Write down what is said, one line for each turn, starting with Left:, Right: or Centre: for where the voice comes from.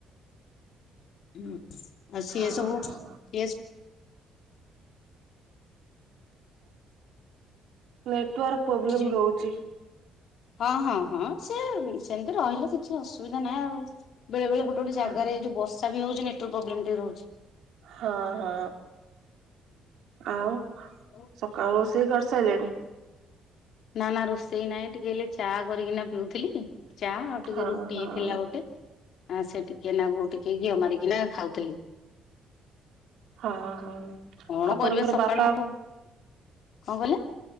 Left: ହୁଁ ଆଉ ସିଏ
Right: ହଁ
Left: ସବୁ
Right: ହଁ
Left: ଇଏସ
Right: ନେଟୱାର୍କ ପ୍ରୋବ୍ଲେମ୍
Left: ଯିବେ
Right: ରହୁଚି।
Left: ହଁ ହଁ ହଁ ସେ ସେମିତି ରହିଲେ କିଛି କିଛି ଅସୁବିଧା ନାଇଁ ଆଉ ବେଳେ ବେଳେ ଗୋଟେ ଗୋଟେ
Right: ହଁ
Left: ଜାଗାରେ ଏଇ ଯଉ ବର୍ଷା ବି ହଉଚି ନେଟୱର୍କ ପ୍ରୋବ୍ଲେମ ଟିକେ ରହୁଚି।
Right: ହଁ ହଁ ଆଉ
Left: ହୁଁ।
Right: ସକାଳୁ ରୋଷେଇ କରିସାଇଲେଣି।
Left: ନା ନା ରୋଷେଇ ନାଇଁ ଟିକେ ଏଇଲେ ଚା କରିକିନା ପିଉଥିଲି ଚା ଟିକେ
Right: ହଁ
Left: ରୁଟି
Right: ହଁ
Left: ଥିଲା ଗୋଟେ ଆ ସେ ଟିକେ ନାକୁ ଟିକେ ଘିଅ ମାରିକିନା ଖାଉଥିଲି।
Right: ହଁ ହଁ।
Left: କଣ
Right: ଆପଣଙ୍କର
Left: କରିବେ ସକାଳୁ
Right: ବାପା
Left: କଣ କହିଲେ?